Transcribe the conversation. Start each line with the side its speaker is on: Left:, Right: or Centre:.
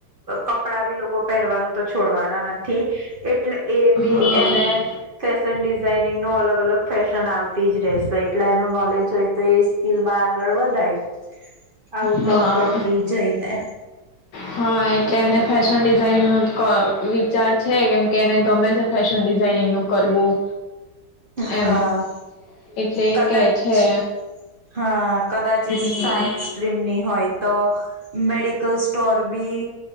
Right: કપડા બી લોકો પહેરવાનું તો છોડવાના નથી એટલે એ બી
Left: હા
Right: એને ફેશન ડિઝાઇન ની નો અલગ અલગ ફેશન આવતી જ રહેશે એટલે એનું નોલેજ હોય તો એ સ્કીલમાં આગળ વધાય. આઉટ
Left: હા
Right: ઓફ કન્ટ્રી જઈને.
Left: હા એટલે એને ફેશન ડિઝાઇનિંગ નું ક વિચાર છે કેમ કે એને ગમે છે ફેશન ડિઝાઇનિંગ નું કરવું.
Right: હા,
Left: એમ. એટલે
Right: કદાચ
Left: કે છે.
Right: હા. કદાચ
Left: હમ્મ.
Right: એ સાયન્સ સ્ટ્રીમ ની હોય. તો medical store B